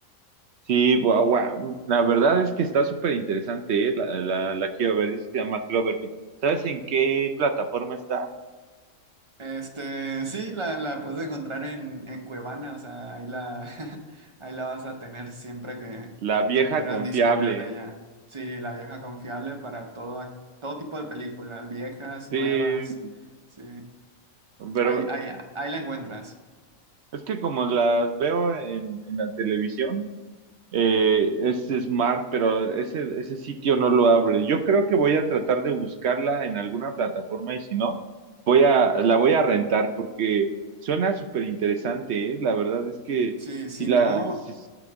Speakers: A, on the right (about 65°); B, on the right (about 30°).
A: Sí, guau, guau. La verdad es que está súper interesante, ¿eh? La, la, la quiero ver, dice que se llama Cloverfield. ¿Sabes en qué plataforma está?
B: Este, sí, la, la puedes encontrar en, en Cuevana, o sea, ahí la, <laughs> ahí la vas a tener siempre que,
A: La vieja
B: que quieras
A: confiable.
B: disponer de ella. Sí, la vieja confiable para todo, ac- todo tipo de películas, viejas, nuevas,
A: Sí,
B: sí,
A: pero
B: ahí, ahí, ahí la encuentras.
A: es que como las veo en en la televisión, eh, es Smart, pero ese, ese sitio no lo abre. Yo creo que voy a tratar de buscarla en alguna plataforma y si no, voy a, la voy a rentar porque suena súper interesante, ¿eh? La verdad es que
B: Sí,
A: sí
B: si
A: la,
B: no,
A: sí,